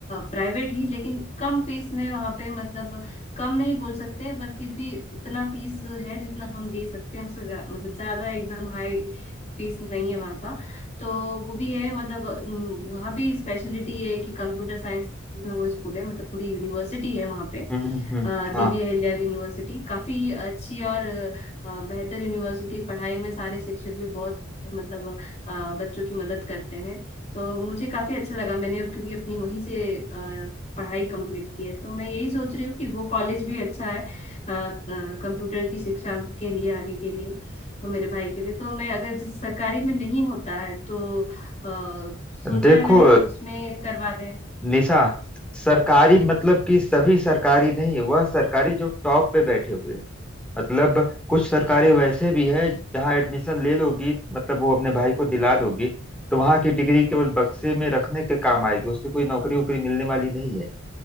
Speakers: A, on the left (about 35°); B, in the centre.
A: प्राइवेट ही लेकिन कम फीस में वहाँ पे मतलब कम नहीं बोल सकते पर फिर भी उतना फीस है जितना हम दे सकते हैं उससे ज्या- मतलब ज्यादा एकदम हाई फीस नहीं है वहाँ का तो वो भी है मतलब अम, वहाँ भी स्पेशलिटी है कि कंप्यूटर साइंस में वो स्कूल है मतलब पूरी यूनिवर्सिटी है वहाँ पे
B: हम्म हम्म,
A: अ,
B: हाँ
A: देवी अहिल्या यूनिवर्सिटी काफी अच्छी और अ, बेहतर यूनिवर्सिटी है। पढ़ाई में सारे शिक्षक भी बहुत मतलब अ, बच्चों की मदद करते हैं तो मुझे काफी अच्छा लगा मैंने अब क्योंकि अपनी वहीं से अ, पढ़ाई कंप्लीट की है तो मैं यही सोच रही हूँ कि वो कॉलेज भी अच्छा है कंप्यूटर की शिक्षा के लिए आगे के लिए तो मेरे भाई के लिए तो मैं अगर जैसे सरकारी में नहीं होता है तो अ, सोचा
B: देखो
A: है मैंने कि उसमें करवा दें
B: निशा सरकारी मतलब कि सभी सरकारी नहीं वह सरकारी जो टॉप पे बैठे हुए हैं मतलब कुछ सरकारी वैसे भी है जहाँ एडमिशन ले लोगी मतलब वो अपने भाई को दिला दोगी तो वहाँ की डिग्री केवल बक्से में रखने के काम आएगी उससे कोई नौकरी वोकरी मिलने वाली नहीं है